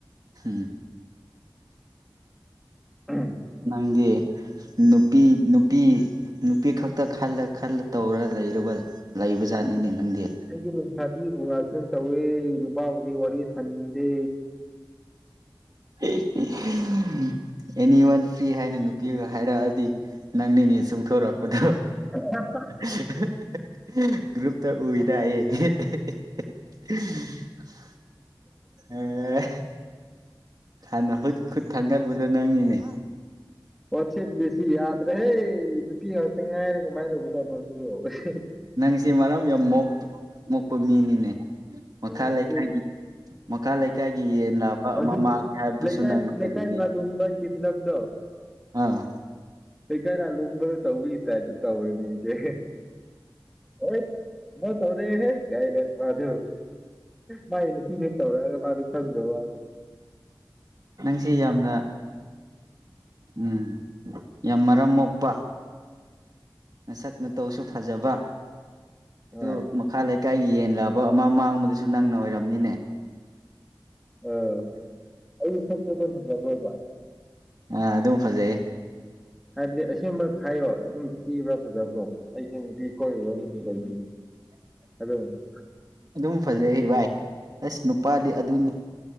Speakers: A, on the right; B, in the centre.
A: ꯍꯝ
B: ꯎꯝ
A: ꯅꯪꯗꯤ ꯅꯨꯄꯤ ꯅꯨ ꯅꯨꯄꯤ ꯅꯨꯄꯤ ꯈꯛꯇ ꯈꯜꯂ ꯈꯜꯂ ꯇꯧꯔ ꯂꯩꯔꯕ ꯂꯩꯕ ꯖꯥꯠꯅꯤꯅꯦ ꯅꯪꯗꯤ
B: ꯑꯩꯗꯤ ꯁꯥꯖꯤꯕꯨ ꯉꯥꯛꯇꯅ ꯇꯧꯋꯤ ꯅꯨꯄꯥꯕꯨꯗꯤ ꯋꯥꯔꯤ ꯁꯟꯅꯤꯡꯗꯦ
A: <unintelligible> ꯑꯦꯅꯤ ꯋꯥꯟ ꯐ꯭ꯔꯤ ꯍꯥꯏꯅ ꯅꯨꯄꯤꯒ ꯍꯥꯏꯔꯛꯑꯗꯤ ꯅꯪ ꯅꯤꯅꯦ ꯆꯣꯡꯊꯣꯔꯛꯄꯗꯣ
B: <unintelligible>
A: <unintelligible> ꯒ꯭ꯔꯨꯞꯇ ꯎꯏꯗ ꯑꯩ <unintelligible> ꯑꯦ ꯍꯥꯟꯅ ꯍꯨꯠ ꯈꯨꯠ ꯊꯥꯡꯅꯕꯗꯣ ꯅꯪꯅꯤꯅꯦ
B: ꯋꯥꯆꯦꯞ ꯔꯤꯁꯤ ꯌꯥꯗ꯭ꯔꯦꯍꯦ ꯅꯨꯄꯤ ꯉꯥꯛꯇ ꯉꯥꯏꯔꯒ ꯀꯃꯥꯏ ꯇꯧꯕꯖꯥꯠꯅꯣ <unintelligible>
A: ꯅꯪꯁꯤ ꯃꯔꯝ ꯌꯥꯝ ꯃꯣꯞ ꯃꯣꯛꯄ ꯃꯤꯅꯤꯅꯦ ꯃꯈꯥ
B: ꯍꯧꯖꯤꯛ
A: ꯂꯩꯀꯥꯏꯒꯤ ꯃꯈꯥ ꯂꯩꯀꯥꯏꯒꯤ ꯌꯦꯟ ꯂꯥꯕ
B: ꯍꯧꯖꯤꯛ
A: ꯑꯃ ꯃꯥꯡꯉꯦ ꯍꯥꯏꯕꯗꯨꯁꯨ
B: ꯂꯩꯀꯥꯏ
A: ꯅꯪꯅ ꯑꯣꯏꯔꯝꯅꯤ
B: <unintelligible> ꯐꯤꯂꯝꯗꯣ
A: ꯑꯥ
B: ꯂꯩꯀꯥꯢ ꯂꯥꯂꯨꯝꯕꯗ ꯇꯧꯕꯋꯤ ꯇꯥꯢꯞꯇ ꯇꯧꯋꯤꯅꯦ ꯑꯩꯖꯦ ꯑꯣꯢ ꯃꯥ ꯇꯧꯔꯦꯍꯦ ꯀꯥꯢꯅ ꯃꯙꯣ ꯃꯥꯢꯅꯨꯞ <unintelligible> ꯇꯧꯔꯛꯑꯒ ꯃꯥꯗꯣ ꯈꯪꯗꯕ ꯋꯥꯗꯣ
A: ꯅꯪꯁꯤ ꯌꯥꯝꯅ ꯎꯝ ꯌꯥꯝ ꯃꯔꯝ ꯃꯣꯛꯄ ꯅꯁꯛ ꯅꯇꯧꯁꯨ ꯐꯖꯕ ꯑꯗꯨ
B: ꯍꯣꯏ
A: ꯃꯈꯥ ꯂꯩꯀꯥꯏꯒꯤ ꯌꯦꯟꯂꯥꯕ ꯑꯃ ꯃꯥꯡꯕꯗꯁꯨ ꯅꯪꯅ ꯑꯣꯏꯔꯝꯅꯤꯅꯦ
B: ꯑ ꯑꯩꯁꯦ ꯁꯛ <unintelligible> ꯐꯖꯕ ꯑꯣꯢꯕ
A: ꯑꯥ ꯑꯗꯨꯝ ꯐꯖꯩꯌꯦ
B: ꯍꯥꯏꯕꯗꯤ ꯑꯁꯦꯡꯕ ꯈꯥꯢꯌꯣ ꯑꯗꯨꯝ ꯊꯤꯕ꯭ꯔꯥ ꯐꯖ ꯀꯣ ꯑꯩꯁꯦ ꯅꯨꯄꯤ ꯀꯣꯏꯔꯨꯔ ꯅꯨꯝ ꯂꯩꯕꯅꯦ <unintelligible>
A: ꯑꯗꯨꯝ ꯐꯖꯩ ꯚꯥꯏ ꯑꯁ ꯅꯨꯄꯥꯗꯤ ꯑꯗꯨꯅꯤ